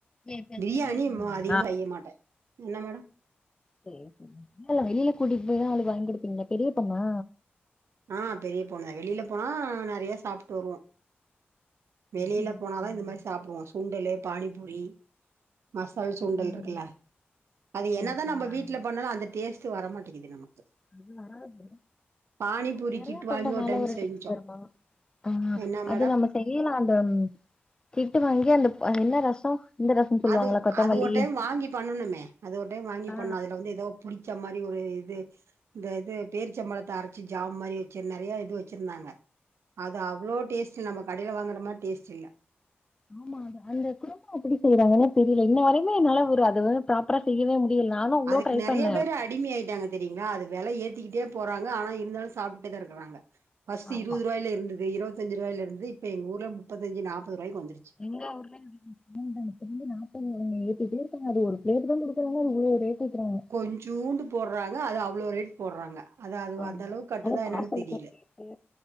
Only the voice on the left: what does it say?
ஏ எப்பயாச்சு
வெளில போவீங்களா
சேரி வெளியில கூடி போய்தா அவளுக்கு வாங்கிடுப்பீங்களா பெரிய பொண்ணா
ம்
ம்
ம்.
ஆமா
கமலாமே
அது வராது
அங்க நெறைய
பண்றனால
ஒரு
டேஸ் வருமா ஆ
அது தா இல்ல செய்லா அந்த சிக்கன் வாங்கி அந்தப் என்ன ரசோ இந்த ரசம் சொல்லுவாங்களா
கொத்தமல்லி
ஆ
ஆமா அத அந்த குடும்ப அப்டி செய்யறாங்கன்னே தெரியல இன்ன வரையுமே என்னால ஒரு அத வந்து ப்ராப்பர் செய்யவே மு இதுல நானு அவ்ளோ
ட்ரை
பண்ணே
ஆமா
எங்க ஊர்லயு <unintelligible> இருக்கங்க அது ஒரு பிளேட்டு தா குடுக்குறாங்கா இ்வ்ளோ ரேட் ஏத்துறாங்க
ஆமா
அது பார்சல்க்கு
ஒரு ரேட்டு